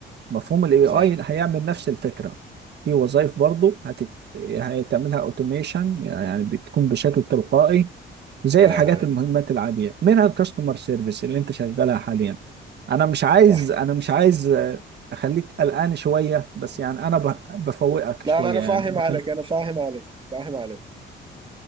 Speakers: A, on the right; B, on the right.
A: مفهوم الاي
B: صح
A: اي هيعمل نفس الفكره في وظائف برضه هتت... هتعملها اوتوميشن يعني بتكون بشكل تلقائي زي
B: آه
A: الحاجات المهمات العاديه منها الكاستمر سيرفيس اللي انت شغالها حاليا انا مش عايز
B: صح
A: انا مش عايز آه، اخليك قلقان شويه بس يعني انا ب... بفوقك
B: لا
A: شويه
B: لا انا فاهم
A: يعني بخليك
B: عليك انا فاهم عليك فاهم عليك